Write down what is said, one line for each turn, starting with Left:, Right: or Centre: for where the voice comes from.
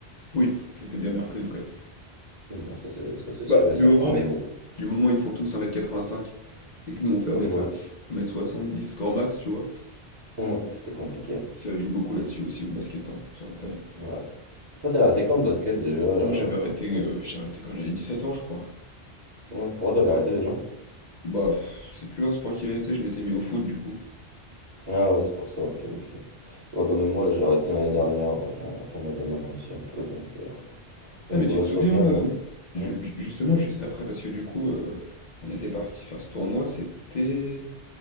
Left: Oui, ils étaient bien mercredi quand même.
Right: Oui, non, ça c'est ça, c'est sûr
Left: Bah,
Right: et
Left: du
Right: certain.
Left: moment,
Right: Mais bon,
Left: du moment où ils font tous un mètre quatre-vingt-cinq et que nous on fait 1m,
Right: oui, voilà.
Left: 1m70 score max, tu vois.
Right: Hum, c'était compliqué.
Left: Ça joue beaucoup là-dessus aussi, le basket, hein, sur la taille.
Right: Ouais. Toi, t'avais arrêté quand le basket déjà? euh,
Left: Moi, j'avais arrêté,
Right: ouais.
Left: euh, j'ai arrêté quand j'avais 17 ans, je crois.
Right: Hum, pourquoi t'avais arrêté déjà?
Left: Bah, pff, c'est plus un sport qui m'était, je m'étais mis au foot, du coup.
Right: Ah ouais, c'est pour ça, ok, ok. Ouais, bah même moi, là, j'ai arrêté l'année dernière, euh, j'en j'en avais marre aussi un peu, donc, euh, donc
Left: Ah, mais
Right: voilà,
Left: tu te souviens,
Right: de toute façon...
Left: euh, ju-
Right: euh, hum.
Left: ju- justement, juste après, parce que du coup, euh, quand on était parti faire ce tournoi, c'était...